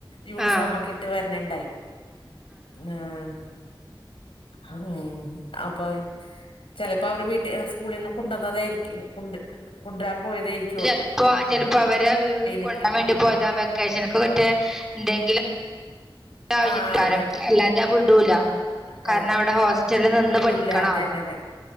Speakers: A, on the left; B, in the centre.
A: യൂണിഫോം
B: ആഹ്
A: ഒക്കെ ഇട്ട് വര്ണണ്ടായി. ആഹ് ഉം അപ്പഹ് ചെലപ്പോ അവര് വീട്ടി സ്കൂളിൽന്ന് കൊണ്ടന്നാതായിര്ക്കും കൊണ്ട് കൊണ്ട്‌രാൻ പോയത് ആയിരിക്കും
B: ചെൽപ്പോ ചെൽപ്പോ അവരെ വ്
A: നിക്കാൻ
B: കൊണ്ടാൻ വേണ്ടി പോയതാ വെക്കേഷൻക്ക് പറ്റെ എന്തെങ്കിലും ആവശ്യത്തിനെക്കാരം
A: ആഹ് അതന്നെ
B: അല്ലാതെ വിടൂല
A: കഴിക്ക
B: കാരണം അവിടെ ഹോസ്റ്റൽ നിന്ന്
A: വിടൂല
B: പഠിക്കണം
A: അതന്നെ
B: അവിടെ
A: അതെ